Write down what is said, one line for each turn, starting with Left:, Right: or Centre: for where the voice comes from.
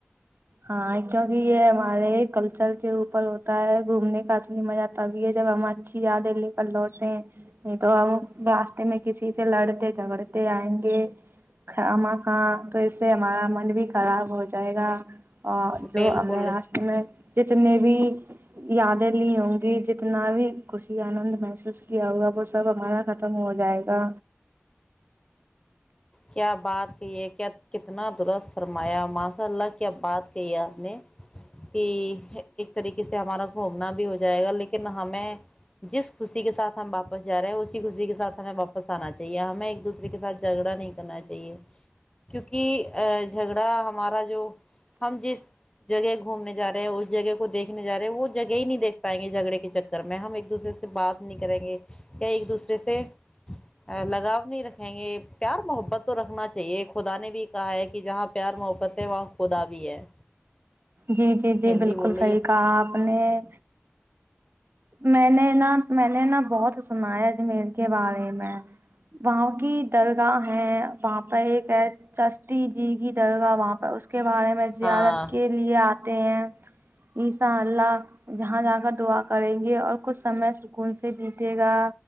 Right: ہاں کیونکہ یہ ہمارے کلچر کے اوپر ہوتا ہے گھومنے کا اصلی مزہ تب یہ جب ہم اچھی یادیں لے کر لوٹ ہیں نہیں تو ہم راستے میں کسی سے لڑتے جھگڑتے آئیں گے کھ ما کا تو اس سے ہمارا من بھی خراب ہو جا جائے گا جو
Left: بالکل
Right: ہم نے لاسٹ میں جتنی بھی یادیں لی ہوں گی جتنا بی خوشی آنند محسوس کیا ہوا وہ سب ہمارا ختم ہو جائے گا
Left: کیا بات کہی ہے کیا کتنا درست فرمایا ماشاء اللہ کیا بات کہی ہے آپ نے کہ ایک طریقے سے ہمارا گھومنا بھی ہو جائے گا لیکن ہمیں جس خوشی کے ساتھ ہم واپس جا رہے ہیں اسی خوشی کے ساتھ ہمیں واپس آنا چاہیے ہمیں ایک دوسرے کے ساتھ جھگڑا نہیں کرنا چاہیے کیونکہ جھگڑا ہمارا جو ہم جس جگہ گھومنے جا رہے ہیں اس جگہ کو دیکھنے جارے ہیں وہ جگہ ہی نہیں دیکھ پائیں گے جگڑے کے جک کر میں ہم ایک دوسرے سے بات نہیں کریں گے یا ایک دوسرے سے لگاؤ نہیں رکھیں گے پیار محبت تو رکھنا چاہیے خدا نے بھی کہا ہے کہ جہاں پیار محبت ہے وہاں خدا بھی ہے
Right: جی جی جی
Left: ہندی
Right: بالکل
Left: بول
Right: صحیح
Left: رہی ہے
Right: کہا آپ نے میں نے نہ میں نے بہت سنا ہیں اجمیر کے بارے میں وہاں کی درگاہ ہے وہاں پر ایک چستیجی کی درگاہ وہاں پر اس کے بارے میں زیارت
Left: ہاں
Right: کے لیے آتے ہیں ان شاء اللہ جہاں جہ کر دعا کریں گے اور کچھ سمے سکون سے بیتے گا